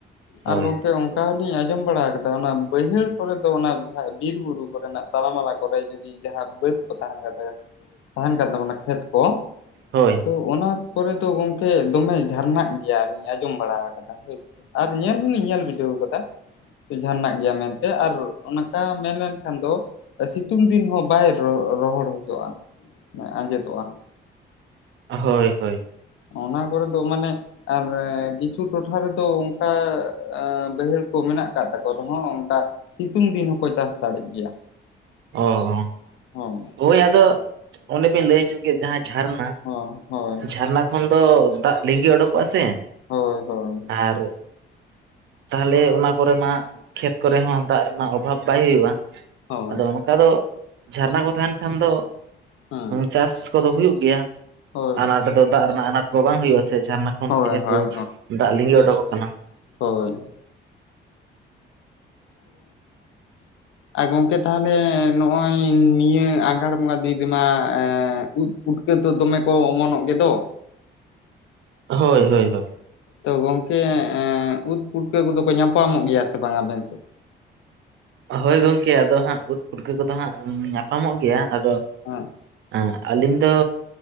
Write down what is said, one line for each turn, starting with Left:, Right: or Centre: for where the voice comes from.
Right: ᱦᱳᱭ
Left: ᱟᱨ ᱜᱚᱝᱠᱮ ᱚᱱᱠᱟ ᱦᱚᱞᱤᱧ ᱟᱸᱡᱚᱢ ᱵᱟᱲᱟ ᱟᱠᱟᱫᱟ ᱚᱱᱟ ᱵᱟᱹᱭᱦᱟᱹᱲ ᱠᱚᱨᱮ ᱫᱚ ᱚᱱᱟ ᱡᱟᱦᱟᱸ ᱵᱤᱨ ᱵᱩᱨᱩ ᱠᱚᱨᱮᱱᱟᱜ ᱛᱟᱞᱟ-ᱢᱟᱞᱟ ᱠᱚᱨᱮ ᱡᱩᱫᱤ ᱡᱟᱦᱟᱸ ᱵᱟᱹᱫᱽ ᱠᱚ ᱛᱟᱦᱮᱱ ᱛᱟᱦᱮᱱ ᱠᱟᱱ ᱛᱟᱵᱚᱱᱟ ᱠᱷᱮᱛ ᱠᱚ
Right: ᱦᱳᱭ
Left: ᱛᱚ ᱚᱱᱟ ᱠᱚᱨᱮ ᱫᱚ ᱜᱚᱝᱠᱮ ᱫᱚᱢᱮᱜ ᱡᱷᱟᱨᱱᱟᱜ ᱜᱮᱭᱟ ᱞᱤᱧ ᱡᱚᱢ ᱵᱟᱲᱟ ᱟᱠᱟᱫᱟ ᱦᱳᱭ ᱥᱮ ᱟᱨ ᱧᱮᱞ ᱦᱩᱸᱞᱤᱧ ᱧᱮᱞ ᱵᱤᱰᱟᱹᱣ ᱟᱠᱟᱫᱟ ᱡᱷᱟᱨᱱᱟᱜ ᱜᱮᱭᱟ ᱢᱮᱱᱛᱮ ᱟᱨ ᱚᱱᱠᱟ ᱢᱮᱱᱞᱮᱱ ᱠᱷᱟᱱ ᱫᱚ ᱟᱹᱥᱤ ᱛᱩᱝ ᱫᱤᱱ ᱦᱚᱸ ᱵᱟᱭ ᱨᱚᱦᱚᱲ ᱦᱚᱫᱚᱜᱼᱟ ᱟᱸᱡᱮᱫᱚᱜᱼᱟ
Right: ᱦᱳᱭ ᱦᱳᱭ᱾
Left: ᱚᱱᱟ ᱠᱚᱨᱮ ᱫᱚ ᱢᱟᱱᱮ ᱟᱨ ᱠᱤᱪᱷᱩ ᱴᱚᱴᱷᱟ ᱨᱮᱫᱚ ᱚᱱᱠᱟ ᱟᱸ... ᱵᱟᱹᱭᱦᱟᱹᱲ ᱠᱚ ᱢᱮᱱᱟᱜ ᱟᱠᱟᱫ ᱛᱟᱠᱚ ᱨᱮᱦᱚᱸ ᱚᱱᱠᱟ ᱥᱤᱛᱩᱝ ᱫᱤᱱ ᱦᱚᱸᱠᱚ ᱪᱟᱥ ᱫᱟᱲᱮᱜ ᱜᱮᱭᱟ᱾
Right: ᱚ-ᱚ
Left: ᱦᱚᱸ
Right: ᱦᱳᱭ ᱟᱫᱚ ᱚᱱᱮ ᱵᱮᱱ ᱞᱟᱹᱭ ᱦᱚᱪᱚ ᱠᱮᱫ ᱡᱟᱦᱟᱸ ᱡᱷᱟᱨᱱᱟ
Left: ᱦᱚᱸ ᱦᱳᱭ
Right: ᱡᱷᱟᱨᱱᱟ ᱠᱷᱚᱱ ᱫᱚ ᱫᱟᱜ ᱞᱤᱸᱜᱤ ᱚᱰᱚᱠᱚᱜᱼᱟ ᱥᱮ
Left: ᱦᱳᱭ ᱦᱳᱭ
Right: ᱟᱨ ᱛᱟᱦᱚᱞᱮ ᱚᱱᱟ ᱠᱚᱨᱮ ᱢᱟ ᱠᱷᱮᱛ ᱠᱚᱨᱮ ᱦᱚᱸ ᱫᱟᱜ ᱨᱮᱱᱟᱜ ᱚᱵᱷᱟᱵᱽ ᱵᱟᱭ ᱦᱳᱭᱳᱜᱼᱟ
Left: ᱦᱳᱭ
Right: ᱟᱫᱚ ᱚᱱᱠᱟ ᱫᱚ ᱡᱷᱟᱨᱱᱟ ᱠᱚ ᱛᱟᱦᱮᱱ ᱠᱷᱟᱱ ᱫᱚ
Left: ᱦᱮᱸ
Right: ᱪᱟᱥ ᱠᱚᱫᱚ ᱦᱩᱭᱩᱜ ᱜᱮᱭᱟ
Left: ᱦᱳᱭ
Right: ᱟᱱᱟᱴ ᱫᱚ ᱫᱟᱜ ᱨᱮᱱᱟᱜ ᱟᱱᱟᱴ ᱠᱚ ᱵᱟᱝ ᱦᱩᱭᱩᱜ ᱟ ᱥᱮ ᱡᱷᱟᱨᱱᱟ ᱠᱷᱚᱱ
Left: ᱦᱳᱭ
Right: ᱡᱮᱦᱮᱛᱩ
Left: ᱦᱳᱭ
Right: ᱫᱟᱜ ᱞᱤᱸᱜᱤ ᱚᱰᱚᱠᱚᱜ ᱠᱟᱱᱟ
Left: ᱦᱳᱭ ᱟᱨ ᱜᱚᱝᱠᱮ ᱛᱟᱦᱚᱞᱮ ᱱᱚᱜᱼᱚᱭ ᱱᱤᱭᱟᱹ ᱟᱸᱜᱷᱟᱲ ᱵᱚᱸᱜᱟ ᱫᱤᱫ ᱨᱮᱢᱟ ᱩᱫ ᱯᱩᱴᱠᱟᱹ ᱛᱚ ᱫᱚᱢᱮ ᱠᱚ ᱚᱢᱚᱱᱚᱜ ᱜᱮᱛᱚ
Right: ᱦᱳᱭ ᱦᱳᱭ ᱦᱳᱭ
Left: ᱛᱚ ᱜᱚᱝᱠᱮ ᱩᱫ ᱯᱩᱴᱠᱟᱹ ᱠᱚᱫᱚ ᱠᱚ ᱧᱟᱯᱟᱢᱚᱜ ᱜᱮᱭᱟ ᱥᱮ ᱵᱟᱝ ᱟᱵᱮᱱ ᱥᱮᱫ
Right: ᱦᱳᱭ ᱜᱚᱝᱠᱮ ᱟᱫᱚ ᱦᱟᱸᱜ ᱩᱫ ᱯᱩᱴᱠᱟᱹ ᱠᱚᱫᱚ ᱦᱟᱸᱜ ᱧᱟᱯᱟᱢᱚᱜ ᱜᱮᱭᱟ ᱟᱫᱚ
Left: ᱦᱮᱸ
Right: ᱦᱮᱸ ᱟᱹᱞᱤᱧ ᱫᱚ